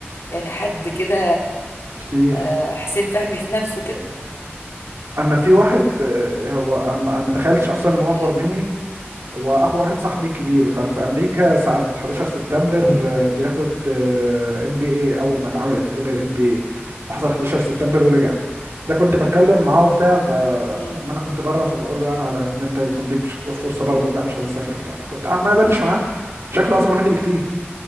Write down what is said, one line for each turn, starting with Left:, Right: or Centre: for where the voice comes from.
Left: يعني حد كده
Right: كتير
Left: آه، حسين فهمي في نفسه كده
Right: انا في واحد اه، هو انا ما انا ما تخيلتش اصلا ان هو اكبر
Left: آه،
Right: مني هو اخو واحد صاحبي كبير كان في امريكا ساعة 11 سبتمبر آه، بياخد ام بي اي اول ما اتعملت تقريبا ام بي اي وحصل 11 سبتمبر ورجع ده كنت بتكلم معاه وبتاع فاما
Left: مم.
Right: انا كنت بره فبقول له يعني على ان انت يكون ليك ش- فرصه بره بيقول لا مش عايز اسافر وبتاع فكنت قاعد ما ادردش معاه شكله اصغر مني بكتير